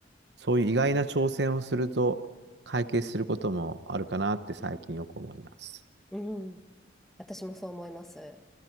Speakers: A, on the right; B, in the centre.
A: そういう意外な挑戦をすると解決することもあるかなって最近よく思います。
B: うん。私もそう思います。